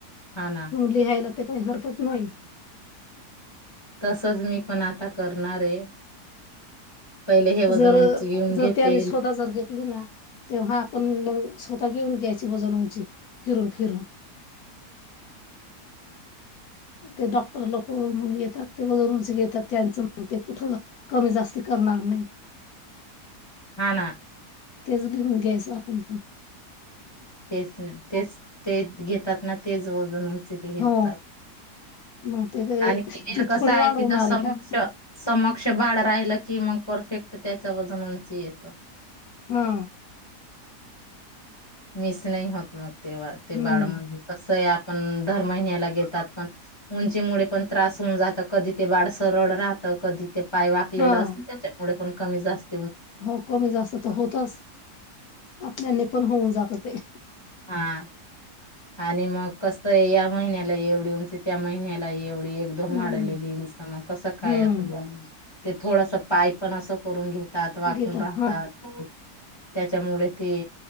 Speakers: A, on the left (about 20°); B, on the left (about 70°).
A: हा ना.
B: मग लिहायला ते काही हरकत नाही.
A: तसच मी पण आता करणार आहे. पहिले हे वजन
B: जर
A: उंची घेऊन
B: जर
A: घेते.
B: त्यांनी स्वतः जर घेतली ना तेव्हा आपण, मग स्वतः घेऊन घ्यायची वजन उंची फिरून, फिरून ते डॉक्टर लोक म्हणून येतात, ते वगरूनच घेतात त्यांचं मग ते कुठंन. कमी जास्ती करणार नाही.
A: हा ना
B: तेच लिहून घ्यायचं आपण.
A: तेच ना तेच ते घेतात ना तेच वजण उंच. किती घेतात..
B: हो मग ते काय
A: आनखीन एक
B: ती थोडी
A: कसं आहे
B: वाढवणार
A: तिथं समक्ष.
B: आहे का
A: समक्ष बाळ राहिलं की मग परफेक्ट त्याच वजन उंच येतं.
B: हा.
A: मिस नाही होत मग तेव्हा ते
B: हम्म
A: बाळ मग कसं आहे, आपण दर महिन्याला घेतात पण. उंचीमुळे पण त्रास होऊन जातं, कधी ते बाळ सरळ राहतं कधी. पाय वाकलेलं
B: हा
A: असत त्याच्यामुळे पण कमी जास्त,
B: हो कमी जास्त तर होतच आपल्यानी पण होऊन जात ते,
A: हा. आणि मग कस या महिन्याला एवढी उंची त्या महिन्याला एवढी एक वाढली
B: एवढी
A: मग कस काय
B: हम्म
A: अस ते थोडस पाय पण अस करून घेत. ताठ वाकून
B: घेतात
A: राहतात.
B: हा
A: त्याच्यामुळे ती